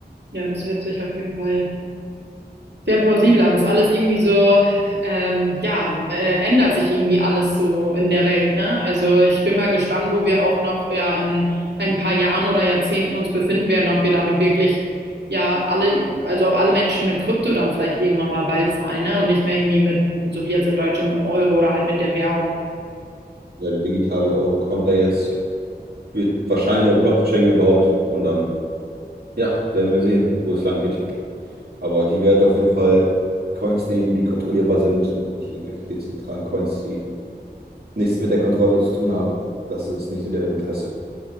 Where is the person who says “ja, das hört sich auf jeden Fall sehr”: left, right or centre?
Right